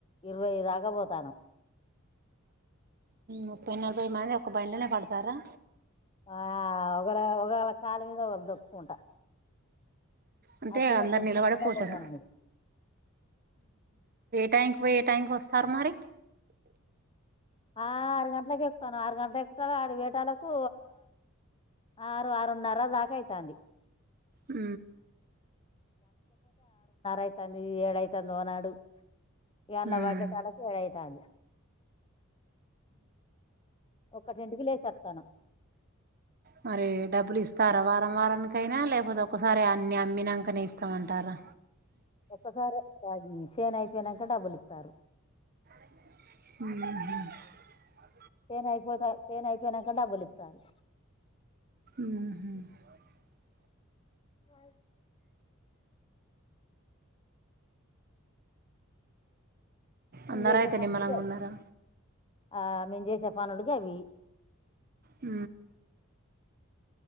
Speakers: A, on the left; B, on the right.
A: ఇరవైఐదగ పోతను
B: ముప్పై నలభై మంది ఒక బయలోనే పడతారా
A: ఆ ఒక ఒకేళ కాళ మీద ఒకళ దొక్కుకుంటా
B: అంటే
A: అట్లనే
B: అందరు
A: నిల్చుని
B: నిలబడిపోతాను
A: కూడా పోతాను ఇక
B: ట్యాంక్ పోయే ట్యాంక్ వస్తారు మరి
A: ఆ ఆరు గంటలక ఎక్కుతాను ఆరు గంటల ఎక్త ఆడి వేటాలకు ఆరు ఆరున్నర దాకా అవుతుంది
B: ఉ
A: అైతుంది ఏడైతుందిోనాడు ఎ అల
B: ఉమ్
A: వాట చాలా కేైతే తను ఒక్కటింటికి లేచేస్తాను
B: మరి డబ్బులు ఇస్త తరవారం వారానికైనా లేకపోతే ఒకసారి అన్ని అమ్మినాకనే ఇస్తామంటారా
A: ఒకప్పసార గి సేన్ అయిపోయినాక డబ్బులు ఇస్తారు
B: మహ
A: చైన్ అయిపోయిత చైన్ అయిపోయిన అంకం డబ్బులి ఇస్తారు
B: ఆ
A: ఆ మేము
B: అందర
A: చేసే
B: అయితే
A: పనులు
B: నిమ్మనంగా ఉన్నారా
A: ఆ మేము చేసే పనులుకి అవి
B: అ